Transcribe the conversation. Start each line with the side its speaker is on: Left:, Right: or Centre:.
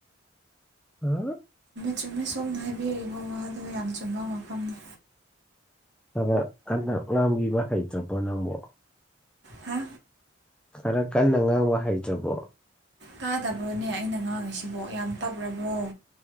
Centre: ꯑ
Right: ꯆꯨꯝꯃꯦ ꯁꯣꯝꯅ ꯍꯥꯏꯕꯤꯔꯤꯕꯔꯤꯕ ꯋꯥꯗꯣ ꯌꯥꯝ ꯆꯨꯝꯕ ꯋꯥꯐꯝꯅꯤ
Centre: ꯈꯔ ꯀꯟꯗ ꯉꯝꯕꯤꯕ ꯍꯩꯇ꯭ꯔꯕꯣ ꯅꯪꯕꯨ
Right: ꯍꯥ
Centre: ꯈꯔ ꯀꯟꯅ ꯉꯥꯡꯕ ꯍꯩꯖꯕꯣ
Right: ꯀꯥꯗꯕ꯭ꯔꯣꯅꯦ ꯑꯩꯅ ꯉꯥꯡꯉꯤꯁꯤꯕꯣ ꯌꯥꯝ ꯇꯞꯔꯕ꯭ꯔꯣ